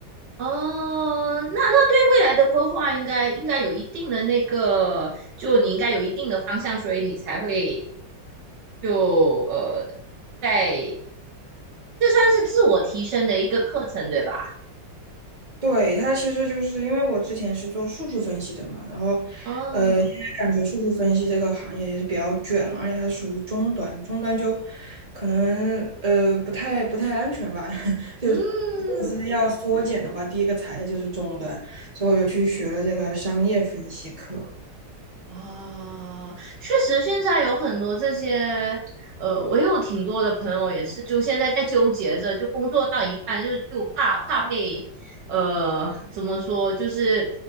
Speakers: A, on the right (about 70°); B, on the right (about 25°).
A: 哦，那那对未来的规划应该应该有一定的那个，就你应该有一定的方向，所以你才会就呃，在这算是自我提升的一个课程，对吧？
B: 对，它其实就是因为我之前是做数据分析的嘛，然后，
A: 哦，
B: 呃，现在感觉数据分析这个行业也是比较卷了，而且它属于中端，中端就可能呃不太不太安全吧，<laughs> 就如果是要缩减的话，
A: 嗯，
B: 第一个裁的就是中端，所以我就去学了这个商业分析课。
A: 啊，确实，现在有很多这些，呃，我有挺多的朋友也是，就现在在纠结着，就工作到一半就就怕怕被，呃，怎么说，就是